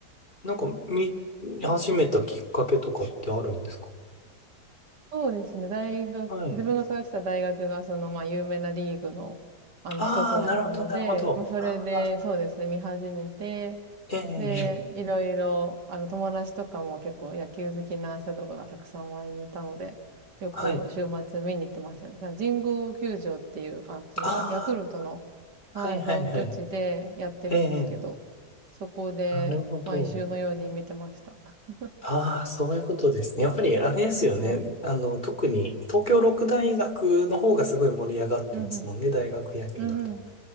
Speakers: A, on the left; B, on the right.
A: なんか見見始めたきっかけとかってあるんですか
B: そうですね。大学、
A: はい。
B: 自分が通ってた大学が、その、まあ、有名なリーグの、あの、
A: ああ、
B: 一つだったので、
A: なるほど、なるほど。
B: まあ、それで、
A: ああ、
B: そうですね、見始めて、
A: ええ、
B: で、
A: ええ
B: いろいろ、あの、友達とかも結構野球好きな人とかがたくさん周りにいたので、よく週末見に行ってましたね。
A: はい。
B: ただ神宮球場っていう、あ、そうですね、
A: あ
B: ヤクルトの、はい、
A: あ、はい、はい、
B: 本拠地でやってるんですけど、
A: はい。ええ、ええ
B: そこで、
A: なるほど。
B: 毎週のように見てました。<laughs>
A: ああ、そういうことですね。やっぱりあれですよね。
B: はい。
A: あの、特に東京六大学の方がすごい盛り上がってますもんね、
B: うんうん。
A: 大学野球だと。
B: うんうん。